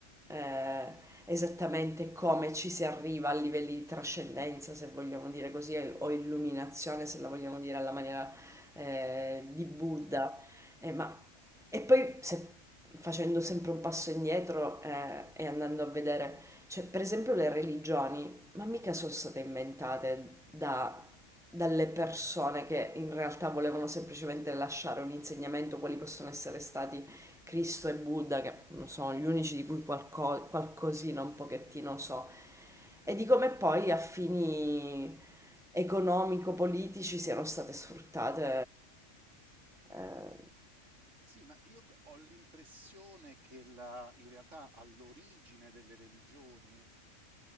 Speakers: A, in the centre; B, on the right.
A: eh, esattamente come ci si arriva a livelli di trascendenza, se vogliamo dire così, o illuminazione, se la vogliamo dire alla maniera eh, di Buddha.
B: Sì.
A: Eh, ma... E poi se- facendo sempre un passo indietro eh, e andando a vedere, cioè, per esempio le religioni ma mica sono state inventate da- dalle persone che in realtà volevano semplicemente lasciare un insegnamento, quali possono essere stati Cristo e Buddha, che sono gli unici di cui qualco- qualcosina un pochettino so, e di come poi a fini economico-politici siano state sfruttate. eh,
B: Sì, ma io ho l'impressione che la- in realtà all'origine delle religioni